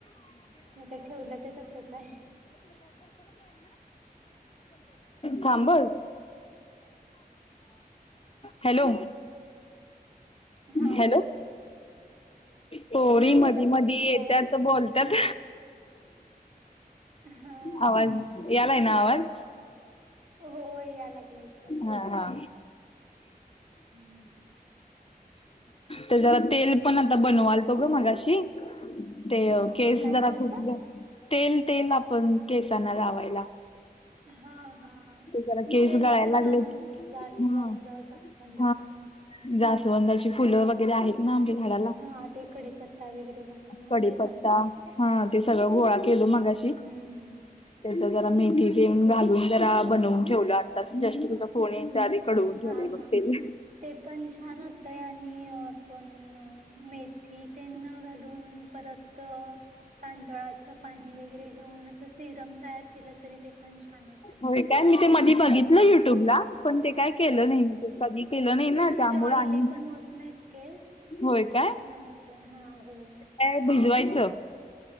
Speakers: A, on the right; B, on the left.
A: मग ते ठेवलं ते तसच आहे.
B: थांब ह हॅलो,
A: हा
B: हॅलो.
A: बोला की
B: पोरी
A: हा
B: मधी
A: बोला
B: मधी
A: की येतोय
B: येत्याच
A: का आवाज?
B: बोल त्यात
A: हा
B: आवाज यालाय ना आवाज
A: हो या लागलाय की.
B: हा हा
A: हम्म.
B: तर जरा तेल पण आता बनवालतो ग मगाशी. ते केस
A: काय
B: जरा
A: करालता?
B: खूप तेल तेल आपण केसांना लावायला.
A: हा हा
B: ते जरा केस
A: ते हेच
B: गळायला
A: छान
B: लागलेत
A: होते की जास्वंद
B: हा
A: जास्वंदच.
B: हा जास्वंदाची फुलं वगैरे आहेत ना आमच्या झाडाला.
A: हा ते कडीपत्ता वगैरे घालून होतय
B: कडीपत्ता
A: चांगलं.
B: हा ते सगळं गोळा केलो मगाशी.
A: हम्म.
B: त्याच जरा मेथी तेन घालून जरा बनवून ठेवलं आता जस्ट तुझा फोन आधी कडवून
A: हा
B: ठेवलंय
A: हा
B: बघ
A: ह
B: तेल
A: ते पण छान होतय. आणि आपण मेथी तेन घालून परत तांदुळाच पाणी वगैरे घेऊन असं सिरम तयार केलं तरी ते पण छान होत.
B: होय काय मी ते मधी बघितलं युट्यूबला पण ते काय केलं नाही मी ते कधी केलं नाही.
A: ते ना म्हणजे
B: त्यामुळे
A: ऑइली
B: आणि
A: पण होत नाहीत केस
B: होय काय
A: छान होते. हा होय.
B: काय भिजवायचं